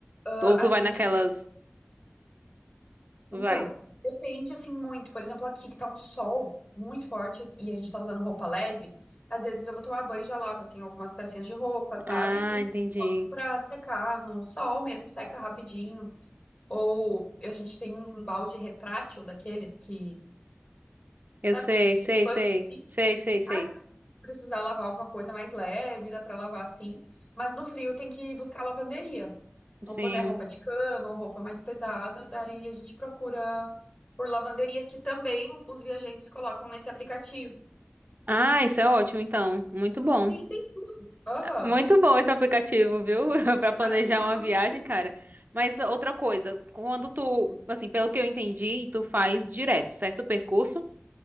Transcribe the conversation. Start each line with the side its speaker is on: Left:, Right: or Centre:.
Left: Ah,
Right: Ou tu
Left: a gente
Right: vai naquelas.
Left: tem. Então,
Right: Vai.
Left: depende, assim, muito. Por exemplo, aqui que tá um sol muito forte e a gente tá usando roupa leve. Às vezes eu vou tomar banho e já lavo, assim, algumas pecinhas de roupa, sabe?
Right: Ah,
Left: E
Right: entendi.
Left: coloco pra secar no sol mesmo, seca rapidinho. Ou a gente tem um balde retrátil daqueles que.
Right: Eu
Left: Sabe
Right: sei,
Left: que se
Right: sei,
Left: expande
Right: sei.
Left: assim?
Right: Sei, sei, sei.
Left: Aí, se precisar lavar alguma coisa mais leve, dá pra lavar assim. Mas no frio tem que buscar lavanderia.
Right: Sim.
Left: Ou quando é roupa de cama, ou roupa mais pesada, daí a gente procura por lavanderias que também os viajantes colocam nesse aplicativo.
Right: Ah, isso é ótimo, então. Muito bom.
Left: Sim, tem. Aham.
Right: Muito bom esse aplicativo, viu? <laughs> Pra
Left: É
Right: planejar
Left: maravilhoso.
Right: uma viagem, cara. Mas outra coisa, quando tu, assim, pelo que eu entendi, tu faz direto, certo? O percurso.